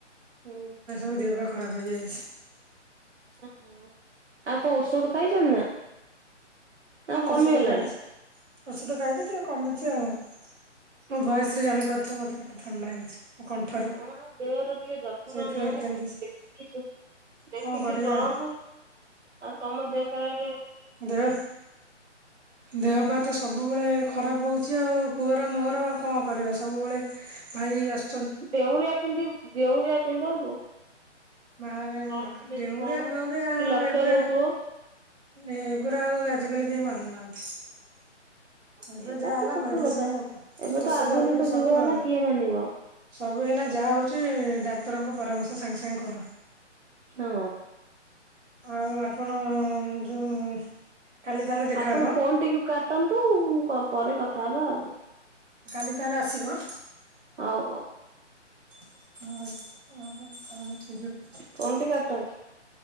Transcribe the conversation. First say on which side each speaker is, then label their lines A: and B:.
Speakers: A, on the right; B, on the right.
A: ହୁଁ
B: ମୋ ଦେହ ବା ଖରାପ ହେଇଯାଇଛି।
A: ଓହ ଆଉ କଣ ଔଷଧ ଖାଇଛନ୍ତି ନା?
B: ହଁ
A: ଆଉ କମିଗଲାଣି?
B: ଔଷଧ ଖାଇଛି। ଓଷଧ ଖାଇଛି ଟିକେ କମିଛି ଆଉ, ମୋ ଭଏସରୁ ଜାଣିପାରୁଥିବ ମତେ କେତେ ଥଣ୍ଡା ହେଇଛି। ମୋ କଣ୍ଠରୁ
A: ହଁ ଦେହର ଟିକେ ଯତ୍ନ
B: ସେଇଥିପାଇଁ
A: ନିଅ।
B: କେମିତି
A: ଦେଖିକି ଦେଖିକି
B: କଣ କରିବା
A: ଚଳନ୍ତୁ ଆଉ ତମ ଦେ <unintelligible>
B: ଦେହ ଦେହ ପାହା ତ ସବୁବେଳେ ଖରାପ ହଉଛି ଆଉ ପୁଅ ମୋର ଆଉ କଣ କରିବା ସବୁବେଳେ ଭାଇ ଆସୁ
A: ଡେଉଁରିଆ ପିନ୍ଧିବ ଡେଉଁରିଆ ପିନ୍ଧନ୍ତୁ।
B: ବାହାରେ
A: ଡରୁଥିବେ
B: ନା ଡେଉଁରିଆ
A: କି କଣ।
B: ଫେଉଁରିଆ ଆଉ
A: କି ଲକ୍ଷ୍ୟ
B: ଏଗୁରା
A: ରହୁଥିବ
B: ଏଗୁରା ଆଉ ଆଜିକାଲି କେହି ମାନୁନାହାନ୍ତି। ଏବେ
A: ସେଇଟା
B: ଯାହା ହେଲା
A: ତ ସତ
B: ମେଡିସିନ
A: କଥା। ଏବେ ତ
B: ଔଷଧ
A: ଆଧୁନିକ
B: ଉପରେ ସବୁ
A: ଯୁଗ ହେଲା
B: ଆଉ,
A: କିଏ ମାନିବ
B: ସବୁ ଏଇନା ଯାହା ହଉଛି ଡାକ୍ତରଙ୍କ ପରାମର୍ଶ। ସାଙ୍ଗେ ସାଙ୍ଗେ କର।
A: ହଁ।
B: ଆଉ ଆପଣ ଯୋଉ କାଲି ତାହେଲେ ଦେଖାହବ।
A: ଆପଣ ଫୋନ୍ ଟିକେ କାଟନ୍ତୁ। ମୁଁ କର ପରେ କଥା ହବା ଆଉ।
B: କାଲି ତାହେଲେ ଆସିବ ଆଁ।
A: ହଉ ହଉ।
B: ହୁଁ। <unintelligible>
A: ଫୋନ ଟି କାଟନ୍ତୁ।